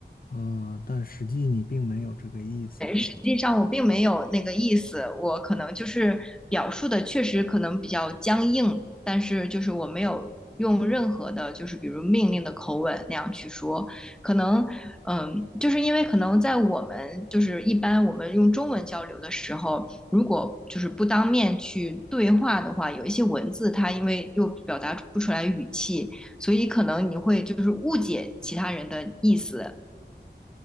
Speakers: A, on the left (about 50°); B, in the centre.
A: 哦，但实际你并没有这个意思，
B: 实际上我并没有那个意思，我可能就是表述的确实可能比较僵硬，但是就是我没有用任何的，就是比如命令的口吻那样去说，可能嗯，就是因为可能在我们就是一般我们用中文交流的时候，如果就是不当面去对话的话，有一些文字它因为又表达不出来语气，所以可能你会就是误解其他人的意思。